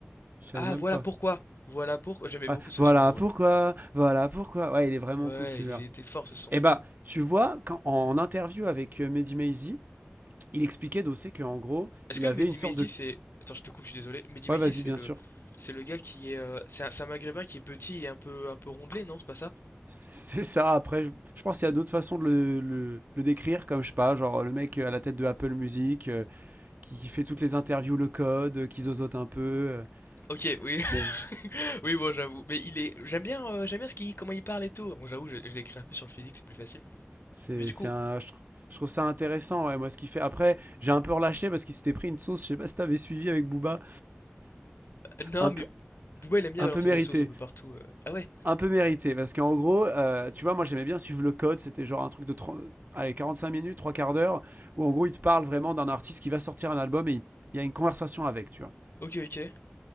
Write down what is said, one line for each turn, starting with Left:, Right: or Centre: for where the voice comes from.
Right: Je savais
Left: Ah,
Right: même
Left: voilà
Right: pas.
Left: pourquoi! Voilà pourquoi j'aimais
Right: Ouais,
Left: beaucoup ce
Right: voilà
Left: son,
Right: pourquoi.
Left: ouais.
Right: Voilà
Left: Oh.
Right: pourquoi. Ouais, il est vraiment
Left: Ouais,
Right: cool celui-là.
Left: il était fort ce son.
Right: Et bah, tu vois, quand, en interview avec euh, Mehdi Maizi, il expliquait d'aussi qu'en gros,
Left: Est-ce
Right: il
Left: que
Right: avait
Left: Mehdi
Right: une sorte
Left: Maizi,
Right: de.
Left: c'est attends, je te coupe, je suis désolé. Mehdi
Right: Ouais,
Left: Maizi,
Right: vas-y,
Left: c'est
Right: bien
Left: le
Right: sûr.
Left: c'est le gars qui est, heu, c'est un c'est un maghrébin qui est petit et un peu un peu rondelet, non, c'est pas ça?
Right: C'est ça, après, je, je pense qu'il y a d'autres façons de le, le- le décrire, comme je sais pas, genre le mec euh, à la tête de Apple Music, euh, qui, qui fait toutes les interviews, le code, euh, qui zozote un peu. euh,
Left: OK, oui,
Right: Mais
Left: Oui, bon, j'avoue. Mais il est j'aime bien, heu, j'aime bien ce qu'il comment il parle et tout. Bon, j'avoue, je je l'ai un peu sur le physique, c'est plus facile.
Right: C'est,
Left: Mais du
Right: c'est
Left: coup,
Right: un, je, tr- je trouve ça intéressant, ouais, moi, ce qu'il fait. Après, j'ai un peu relâché parce qu'il s'était pris une sauce, je sais pas si t'avais suivi avec Booba,
Left: heu, non,
Right: un
Left: mais
Right: peu,
Left: Booba, il aime bien
Right: un
Left: balancer
Right: peu mérité.
Left: des sauces un peu partout, heu. Ah ouais?
Right: Un peu mérité. Parce qu'en gros, euh, tu vois, moi, j'aimais bien suivre le code. C'était genre un truc de 30 allez, 45 minutes, trois quarts d'heure, où en gros, il te parle vraiment d'un artiste qui va sortir un album et il il y a une conversation avec, tu vois.
Left: OK, OK,